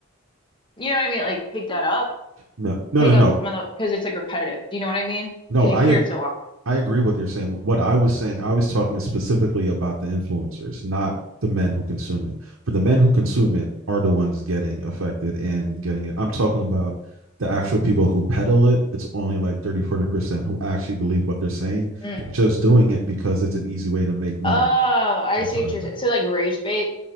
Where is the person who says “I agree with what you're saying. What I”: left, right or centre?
Right